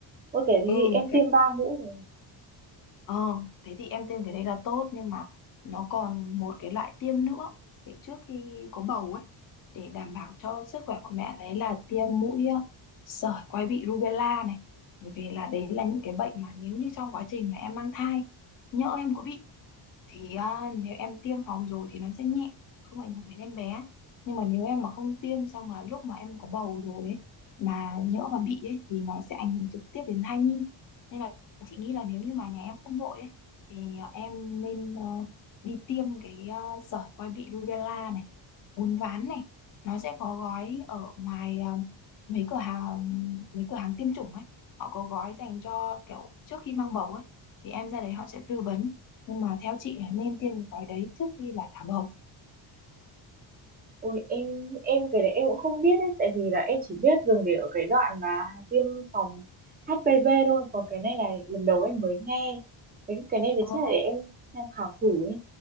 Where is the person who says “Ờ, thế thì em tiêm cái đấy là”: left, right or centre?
Left